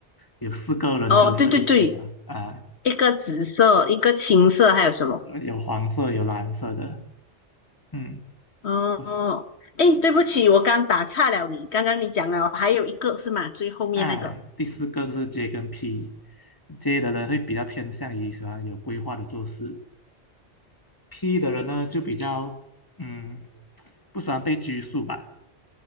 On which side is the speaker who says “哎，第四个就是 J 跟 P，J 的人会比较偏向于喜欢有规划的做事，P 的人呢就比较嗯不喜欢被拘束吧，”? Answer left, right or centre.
Left